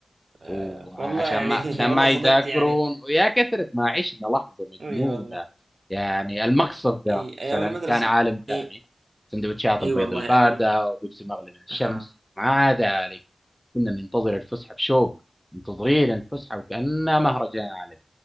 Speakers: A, on the right; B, in the centre.
A: آه.
B: وعشان
A: والله يعني
B: ما عشان
A: <laughs>
B: ما
A: والله
B: يذاكرون
A: صدقت يعني
B: ويا كثرة ما عشنا لحظة مجنونة
A: اي والله
B: يعني المقصف ده
A: اي
B: مثلا
A: ايام المدرسة
B: كان عالم ثاني
A: اي
B: سندوتشات
A: اي
B: البيض
A: والله
B: الباردة
A: ايام الم-
B: وبيبسي مغلي من الشمس
A: ها
B: مع ذلك كنا ننتظر الفسحة بشوق منتظرين الفسحة وكأنها مهرجان عالمي